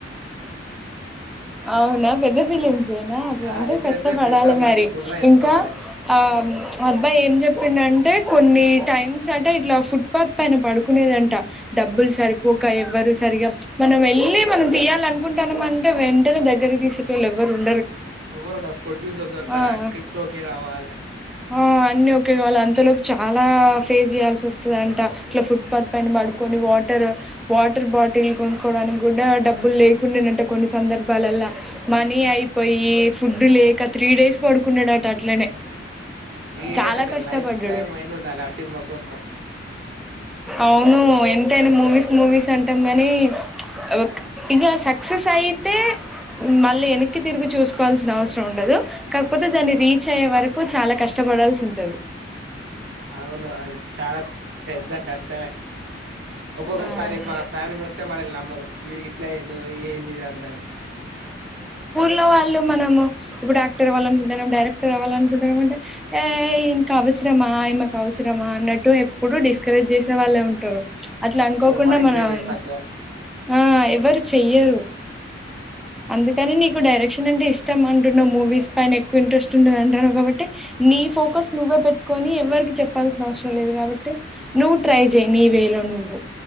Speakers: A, in the centre; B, on the right.
A: అవునా పెద్ద ఫిలిమ్స్ నా అట్లాంటే
B: ఆ ఎత్తుడు
A: కష్టపడాలి
B: ఎత్తుడే పెద్ద మంచి
A: మరి
B: గుండ్రా ఎత్తుకోవాలే
A: ఇంకా ఆ అబ్బాయి ఏం చెప్పిండంటే కొన్ని టైమ్స్ అంటే ఇట్లా ఫుట్పాత్ పైన పడుకునేదంట. డబ్బులు సరిపోక ఎవ్వరు సరిగా మనం వెళ్ళి మనం తీయాలి అనుకుంటాన్నాం అంటే వెంటనే దగ్గర తీసేటోల్లు ఎవ్వరు ఉ
B: ఎవ్వరుండ ప్రొడ్యూసర్ దొరకాలే
A: ఆ
B: స్క్రిప్ట్ ఓకే కావాలే
A: ఆ అన్నీ ఒకే కావాలి అంతలోపు చాలా ఫేస్ చేయాల్సి వస్తుందంట ఇట్లా ఫుట్పాత్ పైన పడుకో అని వాటర్ వాటర్ బాటిల్ డానికి కూడా డబ్బులు లేకుండెంట కొన్ని సందర్భాలాల్ల మనీ అయిపోయి ఫుడ్ లేక త్రీ డేస్ పడుకున్నాడంట అట్లనే
B: త్రీ
A: చాలా
B: డేస్ అక్క
A: కష్టపడ్డాడు
B: లైఫ్ టైమ్ అయిన ఉండాలి ఆ సినిమా కోసం
A: అవును ఎంతయినా మూవీస్ మూవీస్ అంటాం గాని ఒక ఇగా సక్సెస్ అయితే మళ్ళీ వెనక్కి తిరిగి చూసుకోవాల్సిన అవసరం ఉండదు. కాకపోతే దాన్ని రీచ్ అయ్యే వరకు చాలా కష్టం పడాల్సి ఉంటది
B: అవును అది చాలా పెద్ద కష్టమే ఒక్కొక్కసారి
A: ఆ
B: మన ఫ్యామిలీ మెంబర్స్ నమ్మరు వీడికి ఇట్లైండు ఏంది ఇద అంత అని
A: లో వాళ్ళు మనము ఇప్పుడు డాక్టర్ అవ్వాల అనుకుంటున్నాం డైరెక్టర్ అవ్వాలనుకుంటన్నాం అంటే ఏ ఇంకా ఆ అవసరమా ఈమెకు అవసరమా అన్నట్టు ఎప్పుడు డిస్కరేజ్ చేసే వాళ్ళే ఉంటరు అట్ల అనుకోకుండా
B: ఎవ్వడు ఎంకరేజ్
A: మనం
B: చేయడు సక్కగా
A: ఆ ఎవరు చెయ్యరు అందుకని నీకు డైరెక్షన్ అంటే ఇష్టం అంటున్న మూవీస్ పైన ఎక్కువ ఇంట్రెస్ట్ ఉండదు అంటాన్నావు కాబట్టి నీ ఈ ఫోకస్ నువ్వే పెట్టుకొని ఎవ్వరికి చెప్పాల్సిన అవసరం లేదు కాబట్టి నువ్వు ట్రై జెయ్యి నీవేలో నువ్వు